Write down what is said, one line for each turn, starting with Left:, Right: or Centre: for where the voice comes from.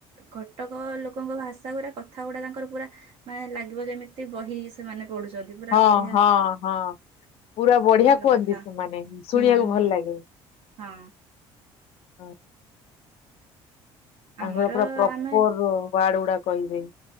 Right: କଟକ ଲୋକଙ୍କ ଭାଷା ଗୁରା କଥା ଗୁଡା ତାଙ୍କର ପୁରା। ମାନେ ଲାଗିବ ଯେମିତି ବହି ସେମାନେ ପଢୁଛନ୍ତି। ପୁରା
Left: ହଁ
Right: ବଢ଼ିଆ
Left: ହଁ ହଁ ପୁରା ବଢିଆ
Right: ଭଲ
Left: କୁହନ୍ତି
Right: କଥା।
Left: ସେମାନେ ଶୁଣିବାକୁ
Right: ହୁଁ ହୁଁ
Left: ଭଲ ଲାଗେ।
Right: ହଁ।
Left: <inaudible> ତାଙ୍କର
Right: ଆମର
Left: ପୁରା ପ୍ରପର
Right: ଆମେ
Left: ୱାର୍ଡ ଗୁଡା କହିବେ।